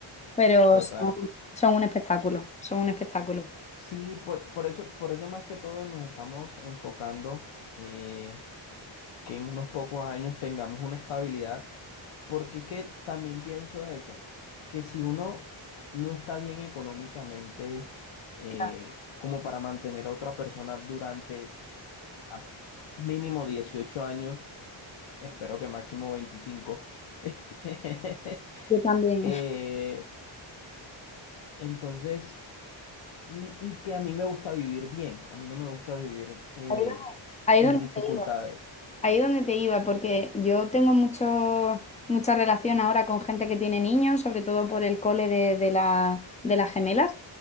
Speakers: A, on the left; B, on the left.
A: pero
B: total.
A: son, son un espectáculo, son un espectáculo.
B: Sí, por, por eso, por eso más que todo nos estamos enfocando eh, que en unos pocos años tengamos una estabilidad Porque es que también pienso eso, que si uno no está bien económicamente eh,
A: Claro,
B: como para mantener a otra persona durante a mínimo 18 años, espero que máximo veinticinco <laughs>
A: yo también.
B: eh, entonces, y, y que a mí me gusta vivir bien, a mí no me gusta vivir eh,
A: <laughs> Ahí
B: en
A: donde,
B: dificultades,
A: ahí donde te iba, ahí donde te iba, porque yo tengo mucho, mucha relación ahora con gente que tiene niños, sobre todo por el cole de, de la- de las gemelas,